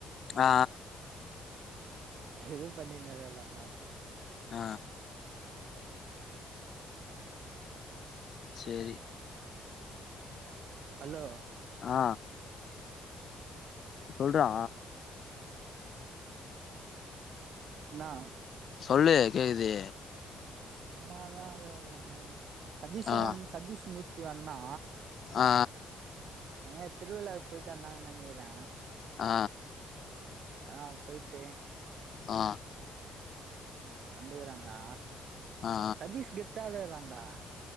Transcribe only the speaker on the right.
எதுவு பண்ணினெல்லா இல்லங்க
ஹலோ
இன்னா
சும்மாதா <unintelligible> சதீஷ்
வ சதீஷ் மூர்த்தி வந்தா
எங்யோ திருவிழாக்கு போய்ட்டு வந்தாங்னு நெனிக்கற
ஆ போய்ட்டு
வந்துருக்ராங்ளா
சதீஷ் கெத்தாளா இருக்கறான்டா